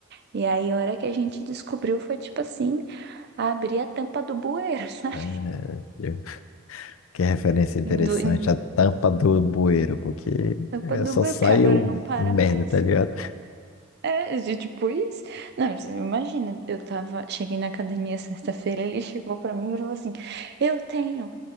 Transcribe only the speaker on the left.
é, eu- que referência interessante,
a tampa do bueiro, porque
é,
só
sai
o
merda,
tá ligado?